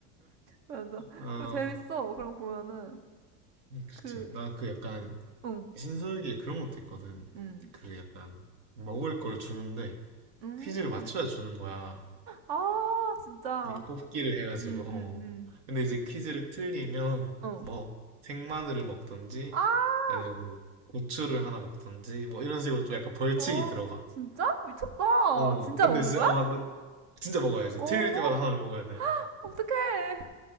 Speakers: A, on the right; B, on the right.
A: 맞아.
B: 아,
A: 그거 재밌어. 그럼 보면은,
B: 음, 그렇지.
A: 그,
B: 나 그 약간
A: 응,
B: 신서에게 그런 것도 있거든.
A: 응.
B: 그 약간 먹을 걸 주는데
A: 음.
B: 퀴즈를 맞춰야 주는 거야.
A: 아, 진짜.
B: 이 뽑기를 해가지고
A: 응응
B: 어.
A: 응.
B: 근데 이제 퀴즈를 틀리면
A: 어.
B: 뭐 생마늘을 먹던지
A: 아,
B: 아니면 뭐 고추를 하나 먹던지 뭐 이런 식으로 좀 약간 벌칙이
A: 어,
B: 들어가.
A: 진짜? 미쳤다.
B: 어.
A: 진짜
B: 근데
A: 먹는
B: 진짜
A: 거야?
B: 아, 나 진짜 먹어야지.
A: 오,
B: 틀릴 때마다 하나를 먹어야 돼.
A: 어떡해.